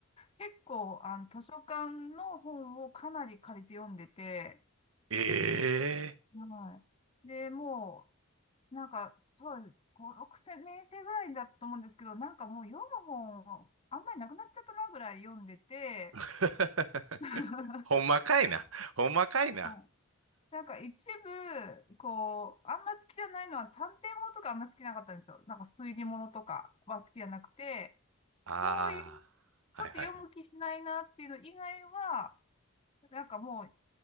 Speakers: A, on the left; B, on the right.
A: 結構、あの、図書館の本をかなり借りて読んでて、
B: う。ええ
A: はい。で、もう、なんか、そう、5、6年生ぐらいだと思うんですけど、なんかもう読む本、あんまりなくなっちゃったなぐらい読んでて、
B: ー
A: <laughs> は
B: <laughs> ほんまかいな。ほんまかいな。
A: い。なんか一部、こう、あんま好きじゃないのは探偵物とかあんま好きなかったんですよ。なんか推理物とかは好きじゃなくて、
B: ああ。
A: そういう、ちょっと読む気しないなっていうの以外は、
B: はいはいはい。
A: なんかもう、